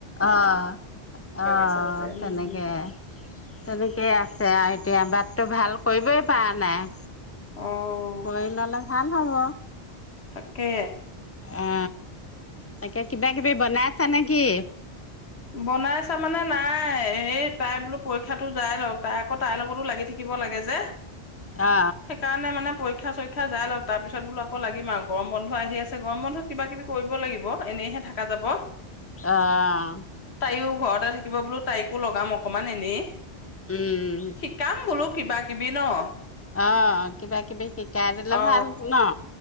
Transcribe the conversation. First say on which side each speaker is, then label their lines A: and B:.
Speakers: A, on the left; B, on the left.
A: অ' -অ'
B: আচলতে উম
A: তেনেকে- তেনেকে আছে আৰু এতিয়া বাটতো ভাল কৰিবই পৰা নাই।
B: অঁ।
A: কৰি ললে ভাল হ'ব।
B: <inaudible> কে
A: অ তাকে কিবা কিবি বনাই আছা নেকি।
B: বনাইছা মানে নাই এই তাই বোলো পৰীক্ষাটো যাই লক। তাই আকৌ তাইৰ লগতো লাগি থাকিব লাগে যে।
A: অ
B: সেইকাৰণে মানে পৰী ক্ষা চৰিক্ষা যাই লওক তাৰ পিছত বোলো আকৌ লাগি আৰু গৰম বন্ধ আহি আছে গৰম বন্ধত কিবা কিবি কৰিব লাগিব এনেহে থাকা যাব।
A: অ'।
B: তাইও ঘৰত তে থাকিব বোলো তাইকো লগাম অকনমান এনেই।
A: উম
B: শিকাম বোলো কিবা কিবি ন।
A: অ', কিবা কিবি শিকাই দিলে
B: অ
A: ভাল ন,